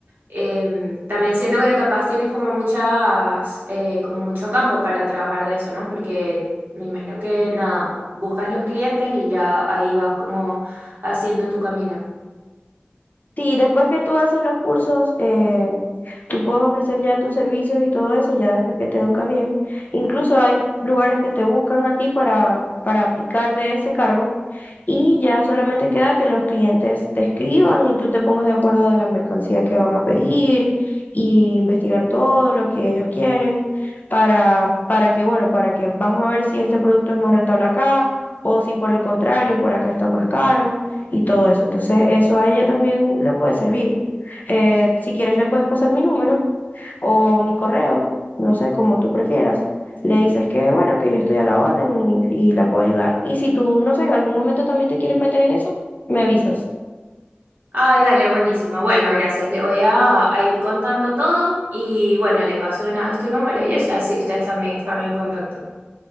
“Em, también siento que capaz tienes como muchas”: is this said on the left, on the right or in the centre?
Right